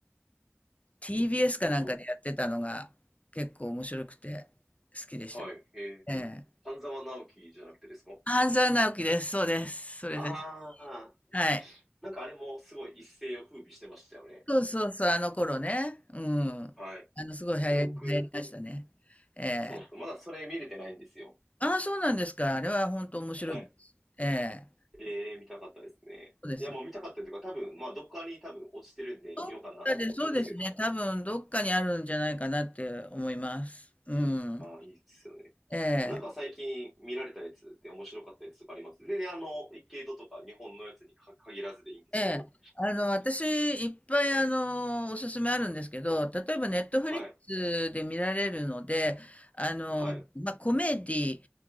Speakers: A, on the left; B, in the centre.
A: TBS かなんかでやってたのが結構面白くて好きでした。
B: と、はい、えー、
A: ええ。
B: 半沢直樹じゃなくてですか
A: 半沢直樹です。そうです。それです。
B: ああー、
A: はい。
B: なんかあれもすごい一世を風靡してましたよね。
A: そうそうそう、あの頃ね。うん。
B: はい。
A: あの、すごい流行り、
B: いや、僕、
A: 流行りましたね。ええ。
B: そうなんですよまだそれ見れてないんですよ。
A: ああ、そうなんですか。あれは本当面白いです。
B: はい。
A: ええ。
B: ええ、見たかったですね。
A: そうですね。
B: いや、もう見たかったというか、多分、まあ、どっかに多分落ちてるんで見ようかなと思ってますけど。
A: どっかで、そうですね、多分どっかにあるんじゃないかなって思います。うん。
B: ああ、いいっすよね。
A: ええ、
B: なんか最近見られたやつで面白かったやつとかあります。で、あの、池戸とか日本のやつにか限らずでいいんですけど。
A: ええ。あの、私、いっぱい、あの、おすすめあるんですけど、例えば、ネットフリックスで見られるので、
B: はい、
A: あの、
B: はい、
A: まあ、コメディ、